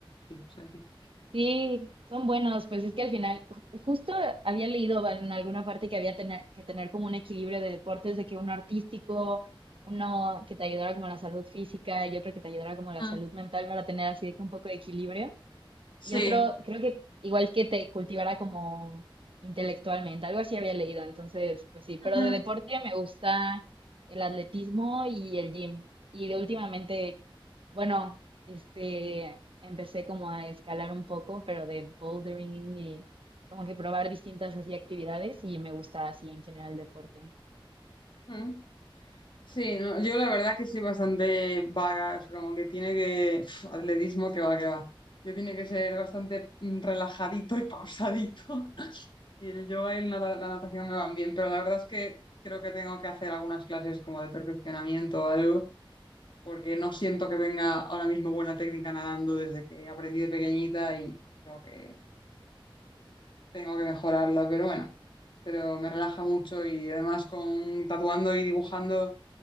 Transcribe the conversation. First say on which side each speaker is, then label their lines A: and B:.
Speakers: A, on the left; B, on the right.
A: Sí, o sea, sí.
B: Sí, son buenos, pues es que al final, ju- justo había leído bueno, en alguna parte que había tener, que tener como un equilibrio de deportes, de que uno artístico, uno que te ayudara como a la salud física y otro que te ayudara como a la
A: Mm,
B: salud mental para tener así de que un poco de equilibrio.
A: sí.
B: Y otro, creo que igual que te cultivara como intelectualmente, algo así había leído, entonces, pues sí, pero
A: Ujú,
B: de deporte me gusta el atletismo y el gym. Y de últimamente, bueno, este, empecé como a escalar un poco, pero de bouldering y como que probar distintas así actividades y me gusta así en general el deporte.
A: ujú. Sí, no, yo la verdad que soy bastante vaga, o sea, como que tiene que... pf, atletismo que va, que va. Yo tiene que ser bastante mm, relajadito y pausadito. <laughs> Y el yoga y el nata- la natación me van bien, pero la verdad es que creo que tengo que hacer algunas clases como de perfeccionamiento o algo, porque no siento que tenga ahora mismo buena técnica nadando desde que aprendí de pequeñita y tengo que, tengo que mejorarla, pero bueno, pero me relaja mucho y además con tatuando y dibujando.